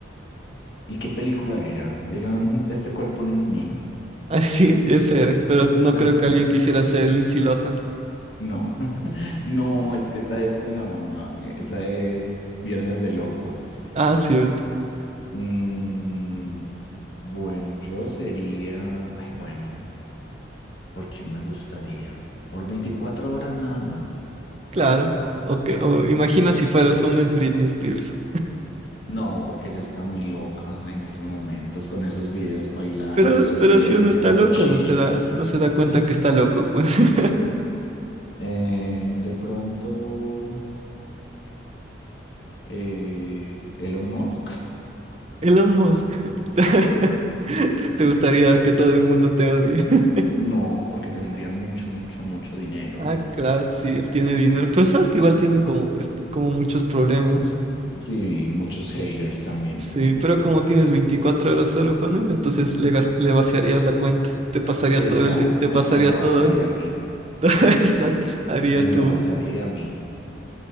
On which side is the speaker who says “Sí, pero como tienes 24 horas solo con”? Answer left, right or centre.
Right